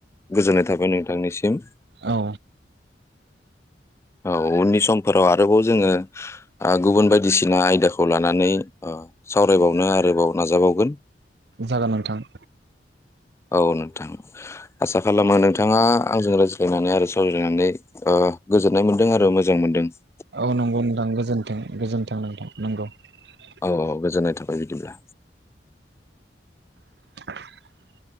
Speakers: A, on the left (about 15°); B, on the right (about 70°).
A: गोजोननाय थाबाय नोंथां नोंनिसिम
B: औ
A: औ उननि समफोराव आरोबाव जोङो ओ गुबुन बायदिसिना आयदाखौ लानानै ओ सावरायबावनो आरोबाव नाजाबावगोन
B: जागोन नोंथां
A: औ नोंथां आसा खालामो नोंथाङा आंजों रायज्लायनानै आरो सावरायायनानै ओ गोजोननाय मोन्दों आरो मोजां मोनदों ।
B: औ नंगौ नोंथां गोजोनथों गोजोनथों नोंथां नंगौ ।
A: औ औ गोजोननाय थाबाय बिदिब्ला
B: <inaudible>